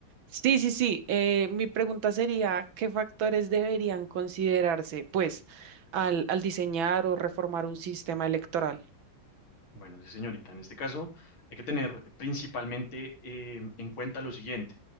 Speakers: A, on the right; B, on the left.
A: Sí, sí, sí. eh, mi pregunta sería, ¿qué factores deberían considerarse, pues, al, al diseñar o reformar un sistema electoral?
B: Bueno, sí, señorita, en este caso hay que tener principalmente eh, en cuenta lo siguiente.